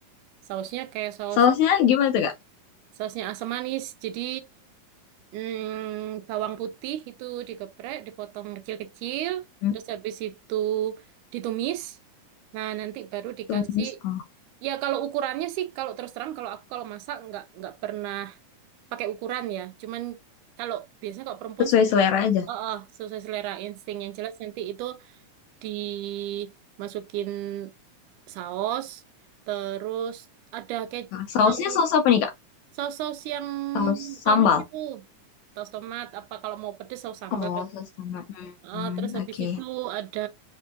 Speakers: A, on the right (about 80°); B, on the left (about 80°).
A: sausnya kayak saus
B: Sausnya gimana tuh kak?
A: Sausnya asam manis. Jadi mm, bawang putih itu digeprek, dipotong kecil-kecil,
B: Hmm,
A: terus habis itu ditumis. Nah, nanti baru dikasih
B: tumis. Oh.
A: Ya kalau ukurannya sih kalau terus terang kalau aku kalau masak nggak nggak pernah pakai ukuran ya. Cuman kalau biasanya kalau perempuan
B: sesuai
A: sih
B: selera aja.
A: oh, oh sesuai selera insting yang jelas nanti itu dimasukin saus terus ada kecap
B: Ah, Sausnya saus apa nih, Kak?
A: Saus-saus yang
B: Saus
A: tomat
B: sambal.
A: itu, saus tomat. Apa kalau mau pedes saus sambal.
B: Oh, saus sambal. Hmm,
A: Eh,
B: hmm,
A: terus habis
B: oke.
A: itu ada